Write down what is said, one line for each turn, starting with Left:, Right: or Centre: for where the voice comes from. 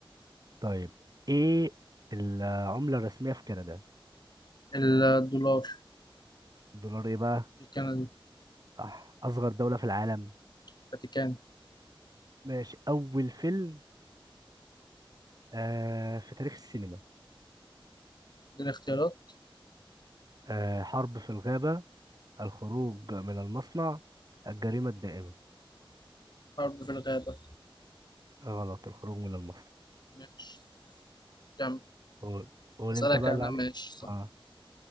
Right: طيب إيه العملة الرسمية في كندا
Left: الدولار
Right: الدولار إيه بقى
Left: الكندي
Right: صح أصغر دولة في العالم
Left: الفاتيكان
Right: ماشي أول فيلم آه في تاريخ السينما
Left: اديني اختيارات
Right: آه حرب في الغابة الخروج من المصنع الجريمة الدائمة
Left: حرب في الغابة
Right: غلط الخروج من المصنع
Left: ماشي كمل
Right: قول قول
Left: أسألك
Right: أنت بقى
Left: أنا
Right: اللي عليك
Left: ماشي صح
Right: آه